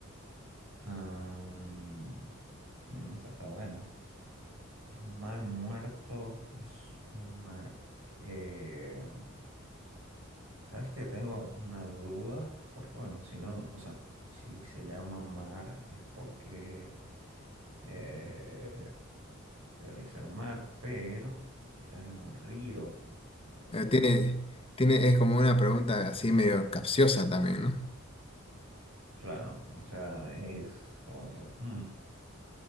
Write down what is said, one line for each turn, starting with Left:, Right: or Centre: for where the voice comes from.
Right: Am, mm, esa está buena. El mar muerto es un mar. Eh, ¿sabes que Tengo una duda, porque bueno, si no, o sea, si se llama mar es porque eh, debería ser un mar, pero quizás es un río. Eh,
Left: Eh, tiene, tiene, es como una pregunta así medio capciosa también, ¿no?
Right: claro, o sea, es como que... hmm.